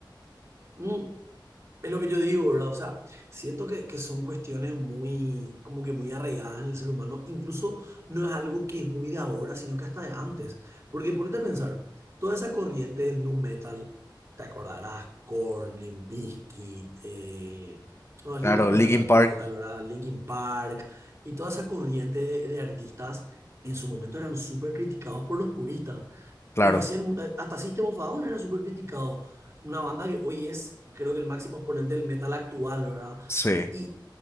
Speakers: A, on the right; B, on the left.
A: Mm. Es lo que yo digo, ¿verdad? O sea, siento que, que son cuestiones muy, como que muy arraigadas en el ser humano. Incluso no es algo que es muy de ahora, sino que hasta de antes. Porque ponete a pensar, toda esa corriente del nu metal, te acordarás, Korn, Limp Bizkit, eh, no, Slipknot
B: Claro,
A: no
B: Linkin
A: era tan nu
B: Park,
A: metal, ¿verdad? Linkin Park, y toda esa corriente de, de artistas en su momento eran súper criticados por los puristas.
B: claro.
A: Pero hacían, mu- eh, hasta System of a Down era súper criticado una banda que hoy es, creo que el máximo exponente del metal actual, ¿verdad?
B: Sí.
A: Y,